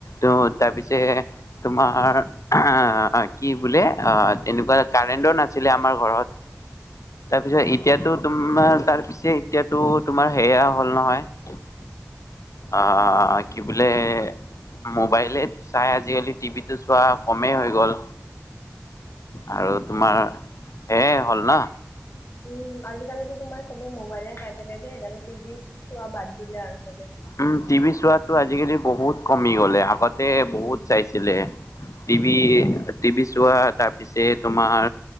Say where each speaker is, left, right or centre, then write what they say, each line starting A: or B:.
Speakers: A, on the left; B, on the left.
A: তো তাৰপিছে তোমাৰ, অ কি বোলে অ তেনেকুৱা কাৰেণ্টৰ নাছিলে আমাৰ ঘৰত। তাৰপিছত এতিয়াতো তোমাৰ তাৰ পিছে এতিয়াতো তোমাৰ সেয়া হ'ল নহয় আহ কি বোলে মোবাইলে চাই আজিকালি টিভিটো চোৱা কমেই হৈ গ'ল। আৰু তোমাৰ হেয়ে হ'ল না।
B: উম আজিকালিতো তোমাৰ চবে মোবাইলে চাই থাকে যে সেইকাৰণে টিভি চোৱা বাদ দিলে আৰু চবে।
A: উম টিভি চোৱাটো আজিকালি বহুত কমি গ'লে, আগতে
B: উম,
A: বহুত চাইছিলে। টিভি টিভি চোৱা তাৰপিছে তোমাৰ